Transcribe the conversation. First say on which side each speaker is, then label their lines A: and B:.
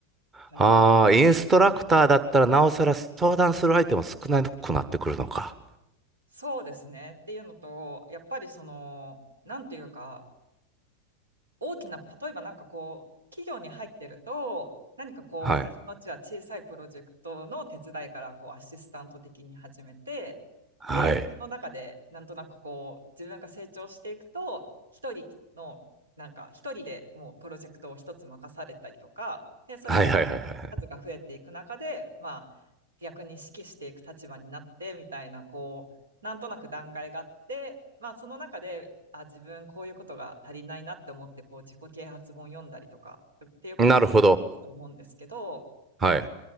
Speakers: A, on the right; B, on the right.
A: 感じ。
B: ああ、インストラクターだったらなおさら相談する相手も少なくなってくるのか。
A: そうですね。っていうのと、やっぱりその、なんていうか、大きな、例えばなんかこう、企業に入ってると、何かこう、
B: はい。
A: 最初のうちは小さいプロジェクトの手伝いから、こう、アシスタント的に始めて、
B: はい。
A: で、その中で、なんとなくこう、自分が成長していくと、一人の、なんか、一人でもうプロジェクトを一つ任されたりとか、で、それが
B: はいはいはいは
A: 数が増えていく中で、まあ、逆に指揮していく立場になってみたいな、こう、なんとなく段階があって、まあ、その中で、あ、自分こういうことが足りないなって思って、こう、自己啓発本読んだりとかっていうことがあると思うんですけど、
B: い。なるほど。はい。